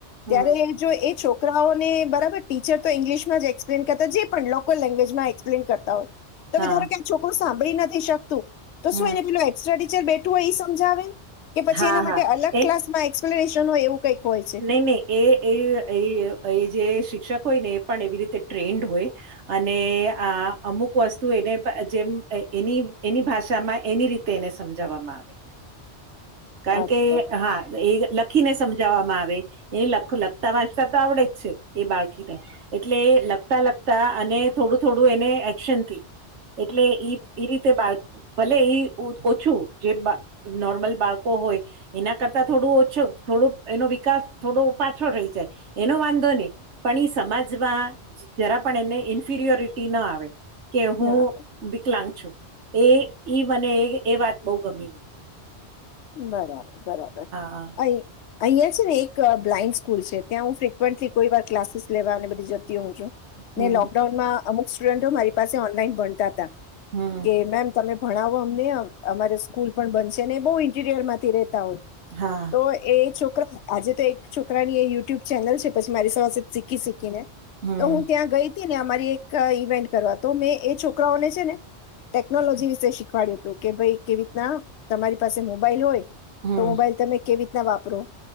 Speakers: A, on the right; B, on the left.
A: હમ
B: ત્યારે જો એ છો છોકરાઓને બરાબર ટીચર તો ઈંગ્લિશ જ એક્સપ્લેન કરતા જે પણ લોકલ લેંગવેજ માં એક્પ્લેન કરતા હોય તો
A: હા
B: ધારો ક છોકરું સાંભળી નથી શકતું તો
A: હમ
B: શું એને પેલું એસ્ટ્રા ટીચર બેઠું હોય સમજાવે કે પછી
A: હા
B: એના માટે
A: હા
B: અલગ
A: એ
B: ક્લાસમાં એક્સપ્લેનેશન હોય એવું કંઈક હોય છે.
A: નહી નહી એ એ એ એ જે સી શિક્ષક હોય ને એ પણ એવી રીતે ટ્રેન્ડ હોય અને આ અમુક વસ્તુ એને પણ જેમ એની એની ભાષામાં એની રીતે એને સમજાવવામાં આવે કારણ
B: અચ્છા.
A: કે હા એ લખીને સમજાવવામાં આ વે લખતા વાંચતા તો આવડે જ છે એ બાળકીને એટલે લખતા લખતા અને થોડું થોડું એને એક્શન થી એટલે ઈ રીતે બાળ ભલે એ ઓછું જે નોર્મલ બાળકો હોય એના કરતા થોડું ઓછ થોડું એ વિકાસ થોડો પાછો રહી જાય એનો વાંધો નહી પણ એ સમાજમાં જરા પણ એને ઇન્ફિરિયોરિટી ના આવે કે હું
B: ના,
A: વિકલાંગ છું એ ઈ મને એ વાત બહુ ગમે
B: બરાબર બરાબર
A: હા
B: અ અહિયા છે ને એક બ્લાઈન્ડ સ્કૂલ છે. ત્યાં હું ફ્રિકવેન્ટલી કોઈ વાર ક્લાસીસ લેવા અને બધી જતી હું છું
A: હમ
B: ને લોકડાઉનમાં અમુ સ્ટુડન્ટો મારી પાસે ઓનલાઈન ભણતા હતા
A: હમ
B: કે મેમ તમે ભણાવો અમને અમારે સ્કૂલ પણ બનશે ને બહુ ઇન્ટીરિયર થી ર રહે તા ઓ
A: હા
B: તો એ આજે તો એક છોકરાની એ યુટ્યુબ ચેનલ છે પછી મારી સાથેસે શીખી શીખી ને
A: હમ
B: તો હું ત્યાં ગઈ હતી ને અમારી એક ઇવેન્ટ કરવા તો મેં એ છોકરાઓને છે ને ટેકનોલોજી વિશે શીખવાડ્યું હતું કે ભાઈ કેવી રીતના તમારી પાસે મોબાઈલ હોય
A: હમ
B: તો મોબાઈલ તમે કેવી રીતના વાપરો